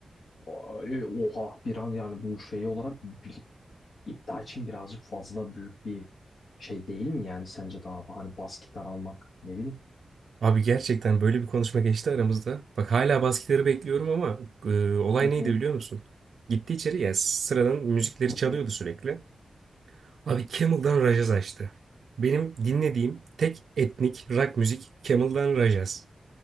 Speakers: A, on the left; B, on the right.
A: O- e, Oha bir an yani bu şey olarak bir- iddia için birazcık fazla büyük bir şey değil mi yani sence daha abi? Hani bas gitar almak ne bileyim.
B: Abi gerçekten böyle bir konuşma geçti aramızda. Bak hala bas gitarı bekliyorum ama e, olay
A: Hı hı.
B: neydi biliyor musun? Gitti içeri ya sıradan müzikleri
A: Hı
B: çalıyordu
A: hı.
B: sürekli. Abi Camel'dan Rajaz açtı. Benim dinlediğim tek etnik rock müzik Camel'dan Rajaz.